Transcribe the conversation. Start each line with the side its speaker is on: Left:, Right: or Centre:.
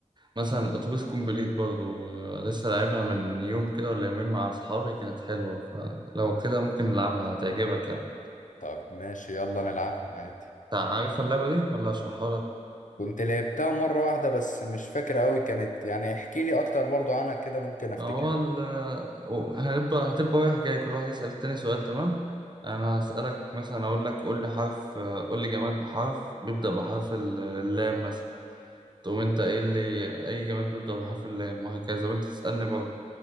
Right: مثلا اتوبيس كومبليت برضو آه، لسه لعبها من يوم كده ولا يومين مع اصحابي كانت حلوه فلو كده ممكن نلعبها هتعجبك يعني
Left: طب ماشي يلا نلعبها عادي
Right: انت عارف اللعبه دي ولا اشرحها لك
Left: كنت لعبتها مره واحده بس مش فاكره قوي كانت يعني احكي لي اكتر برضو عنها كده ممكن افتكرها
Right: هو ال- آه، هنبقى هتبقى رايح جاي كل واحد يسال التاني سؤال تمام انا هسالك مثلا اقول لك قول لي حرف آه، قول لي جماد بحرف بيبدا بحرف ال- اللام مثلا تقوم انت ايه اللي اي جماد بيبدا بحرف اللام وهكذا وانت تسالني برضه